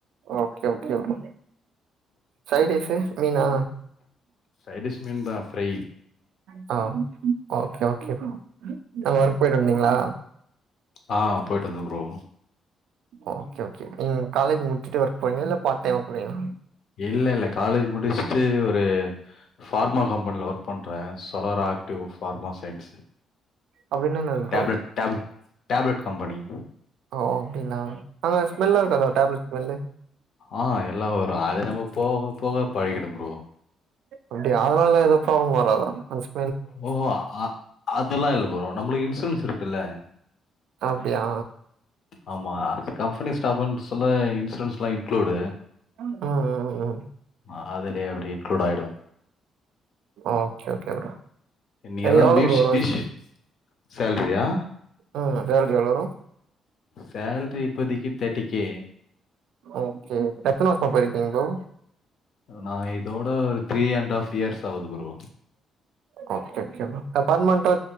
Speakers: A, on the right; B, on the left.
A: ஓகே ஓகே ப்ரோ சைட்டீஸ்ஸு மீனா
B: சைடிஷ் மீன் தா ஃப்ரை
A: ஆ ஓகே ஓகே ப்ரோ என்ன ஒர்க் போயிட்டு வந்தீங்ளா
B: ஆ போய்ட்டு வந்த ப்ரோ
A: ஓகே ஓகே நீங்க காலேஜ் முடிச்சுட்டு ஒர்க் போறீங்ளா இல்ல பார்ட் டைமா போறீங்ளா
B: இல்லெல்ல காலேஜ் முடிச்ட்டு ஒரு ஃபார்மா கம்பெனில ஒர்க் பண்றே சொலரா ஆக்டிவ் ஃபார்மா சைன்ஸு
A: அப்டின்னா என்னது bro
B: tablet tablet tablet company
A: ஓ அப்டிங்ளா அங்க ஸ்மெல்லா இருக்காதா டேப்லெட் ஸ்மெல்லு
B: ஆ எல்லா வரு அது நம்ம போக போக பழகிடும் ப்ரோ
A: அப்டியா அதனால எது ப்ராப்ளம் வராதா அந்த ஸ்
B: ஓ அ அதெல்லா இல்ல ப்ரோ நம்மளுக்கு இன்சூரன்ஸ் இருக்குல்ல
A: அப்டியா
B: ஆமா கம்பெனி ஸ்டாஃப்னு சொல்ல இன்சூரன்ஸ் லா இன்க்ளூடு
A: ம் ம் ம் ம்
B: அ அதலே அப்டி இன்க்ளூட் ஆயிடு
A: ஓகே ஓகே ப்ரோ
B: நீங்கதா
A: அது எவ்ளோ
B: பீஷ்
A: ப்ரோ வரு வருஷோ
B: பீஷ் சேல்ரியா
A: ம் சேல்ரி எவ்ளோ வரு
B: சேல்ரி இப்போதைக்கி தேட்டி கே
A: ஓகே எத்தன வர்ஷமா போயிருக்கீங்க ப்ரோ
B: நா இதோட ஒரு த்ரீ அண்ட் ஹாஃப் இயர்ஸ் ஆவுது ப்ரோ
A: அச்சச்சோனா க பர்மெனட்டா